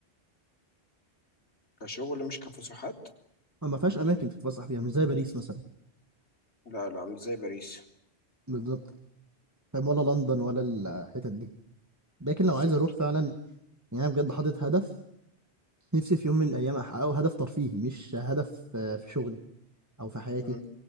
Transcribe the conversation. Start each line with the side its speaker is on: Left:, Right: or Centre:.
Left: كشغل مش كفسحات
Right: ما فيهاش اماكن تتفسح فيها مش زي باريس مثلا
Left: لا لا مش زي باريس
Right: بالظبط فاهم ولا لندن ولا الحتت دي لكن
Left: بالظبط
Right: لو عايز اروح فعلا يعني انا بجد حاطط هدف نفسي في يوم من الايام احققه هدف ترفيهي مش هدف آه، في شغلي او في حياتي
Left: مم.